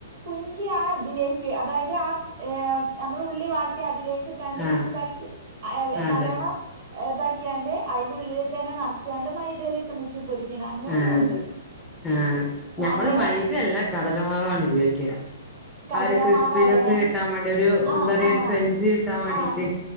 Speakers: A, on the right; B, in the centre.
A: കുഞ്ചി ആ ഇതിലേക്ക് അതായത് ആ ഏഹ് നമ്മളുള്ളി വാ ട്ടി അതിലേക്ക് ഇട്ടാണ്ട്
B: ആഹ്
A: മിക്സ് ആക്കി <unintelligible>
B: അതെ
A: നല്ലോണം ഇതാക്കിയാണ്ട് അയിന്റെ ഉള്ളിലു തന്നെ നറച്ചാണ്ട് മൈദയിലിട്ട് മുക്കി പൊരിക്കണം അങ്ങനെയും
B: ആഹ്
A: ഉണ്ട്
B: ആഹ് ഞമ്മള്
A: അങ്ങനെ
B: മൈദ അല്ല കടലമാവാണ് ഉപയോഗിക്കുക
A: കടലമാവാലേ
B: ആ ഒരു ക്രിസ്പിനെസ് കിട്ടാൻ വേണ്ടി ഒരു
A: ആഹ്
B: എന്താ പറയാ
A: ആഹ്
B: ഒരു ക്രഞ്ച് കിട്ടാ വേണ്ടീട്ട്
A: ആഹ്